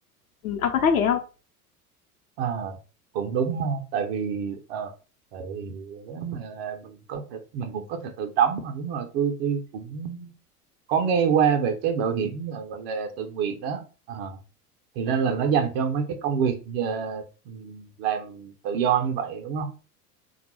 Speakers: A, on the left; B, on the right.
A: ừ, ông có thấy vậy không
B: à, cũng đúng ha tại vì ờ, tại vì nếu mà mình có thể mình cũng có thể tự đóng mà đúng rồi tôi tôi cũng có nghe qua về cái bảo hiểm ờ, gọi là tự nguyện đó à, thì ra là nó dành cho mấy cái công việc ờ, làm tự do như vậy đúng không